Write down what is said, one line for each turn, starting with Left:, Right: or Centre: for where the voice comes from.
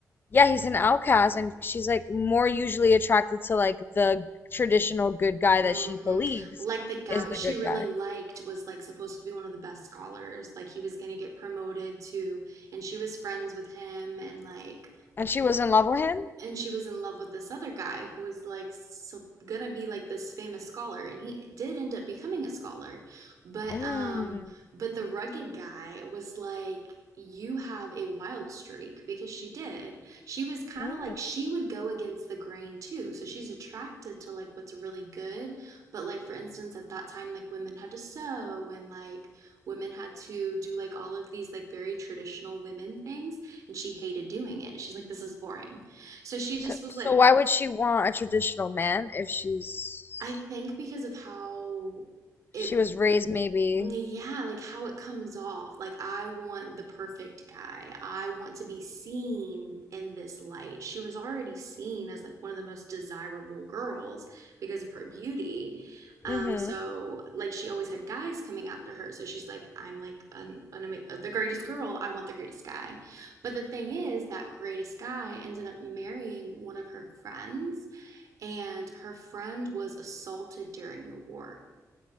Left: yeah, he's an outcast, and she's like more usually attracted to like the traditional good guy
Right: hmm
Left: that she believes
Right: Like the guy
Left: is the
Right: she
Left: good
Right: really
Left: guy.
Right: liked was like supposed to be one of the best scholars. Like he was gonna get promoted to, and she was friends with him, and like
Left: And she was in love with him?
Right: and she was in love with this other guy who was like so gonna be like this famous scholar and he did end up becoming a scholar but
Left: Mm.
Right: um but the rugged guy was like you have a wild streak because she did she was kind
Left: Mm.
Right: of like she would go against the grain too so she's attracted to like what's really good but like for instance at that time like women had to sew and like women had to do like all of these like very traditional women things and she hated doing it she's like this is boring so she just
Left: So,
Right: was
Left: so
Right: like,
Left: why would she want a traditional man if she's
Right: I think because of how it,
Left: she was raised maybe?
Right: yeah, like how it comes off. Like, I want the perfect guy. I want to be seen in this light. She was already seen as like one of the most desirable girls because of her beauty. Um,
Left: Mm-hmm.
Right: so like she always had guys coming after her. So she's like, I'm like an, an ama- the greatest girl. I want the greatest guy. But the thing is, that greatest guy ended up marrying one of her friends and her friend was assaulted during the war.